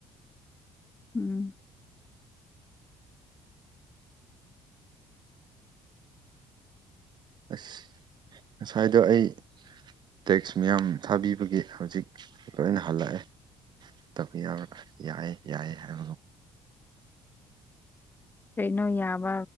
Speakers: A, on the left; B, on the right.
A: ꯎꯝ
B: ꯑ ꯉꯁꯥꯏꯗꯣ ꯑꯩ ꯇꯦꯛꯁ ꯃꯌꯥꯝ ꯊꯥꯕꯤꯕꯒꯤ ꯍꯧꯖꯤꯛ ꯂꯣꯏꯅ ꯍꯜꯂꯛꯑꯦ ꯇꯄꯤꯌ ꯌꯥꯏ ꯌꯥꯏ ꯍꯥꯏ
A: ꯀꯩꯅꯣ ꯌꯥꯕ